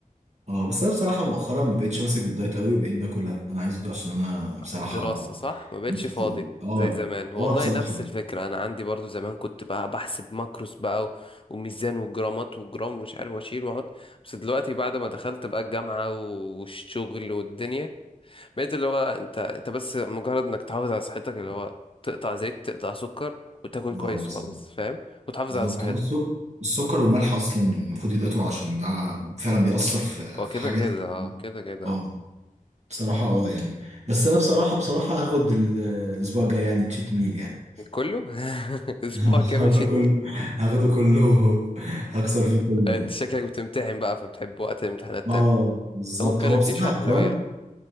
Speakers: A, on the right; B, on the left.
A: اه بس انا بصراحة مؤخرا ما بقتش ماسك بالدايت قوي بقيت باكل اللي انا عايزه عشان انا بصراحة
B: الدراسه صح ما بقتش
A: نفسي
B: فاضي
A: اه
B: زي زمان
A: يعني
B: والله
A: اه بصراحة
B: نفس
A: يعني
B: الفكره انا عندي برضو زمان كنت بقى بحسب ماكروس بقى و- وميزان وجرامات وجرام ومش عارف واشيل واحط بس دلوقتي بعد ما دخلت بقى الجامعه والشغل والدنيا بقيت اللي هو انت انت بس مجرد انك تحافظ على صحتك اللي هو تقطع زيت تقطع سكر وتاكل كويس
A: اه بالظبط
B: وخلاص فاهم وتحافظ
A: بالظبط
B: على صحتك
A: هو السكر السكر والملح اصلا المفروض يتقطعوا عشان ده فعلا بيأثر في
B: هو
A: في
B: كده
A: حاجات
B: كده
A: كتير.
B: اه كده كده
A: اه
B: آه.
A: بصراحة اه يعني بس انا بصراحة بصراحة هاخد ال- آه، الاسبوع الجاي يعني تشيت ميل يعني
B: كله <laughs> اسبوع
A: <laughs> هاخده
B: كامل شيت
A: كله هاخده كله <laughs> هكسر فيه كله
B: انت
A: يعني
B: شكلك بتمتحن بقى فبتحب وقت الامتحانات
A: اه
B: تاكل
A: بالظبط
B: طب ما اتكلمتيش
A: هو بصراحة
B: على
A: وكمان
B: الحلويات